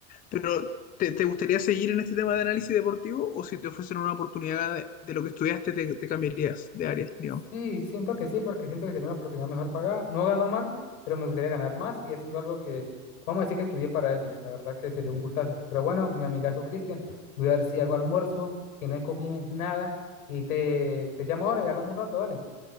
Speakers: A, on the left; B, on the left.
A: pero, ¿te, te gustaría seguir en este tema de análisis deportivo o si te ofrecen una oportunidad de, de lo que estudiaste, te, te cambiarías de área, digamos?
B: Sí, siento que sí, porque siento que sería una oportunidad mejor pagada. No ganó mal, pero me gustaría ganar más y haciendo algo que, vamos a decir que estudié para ello. La verdad que sería un gustazo. Pero bueno, mi amigazo Cristian, voy a ver si hago almuerzo, que no he comido nada, y te, te llamo ahora y hablamos un rato, dale.